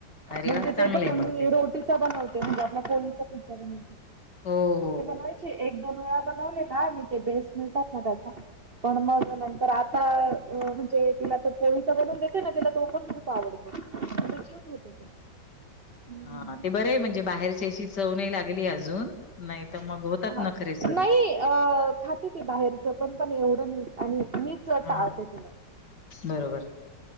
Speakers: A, on the left (about 65°); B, on the right (about 45°).
A: अरे
B: म्हणजे
A: वाह! चांगलं
B: ते पण
A: आहे
B: आ
A: मग ते.
B: रोटीचा बनवते म्हणजे आपला कोळीचा पिझ्झा बनवते
A: हो हो
B: बयची एक दोन वेळा बनवले का मी ते बेस्ट मिळतात ना त्याचा पण मग तर आता म्हणजे तिला तर पोळीसा बनवून देते ना तिला तो पण खूप आवडत छान होत तो हम्म.
A: हा ते बरं आहे म्हणजे बाहेरच्याशी चव नाहीही लागली अजून नाही तर मग होतात
B: हा.
A: ना खरीे सुरू
B: नाही अ खाते ती बाहेरच पण पण एवढं नाही आणि मीच टाळते
A: हां,
B: तिला
A: बरोबर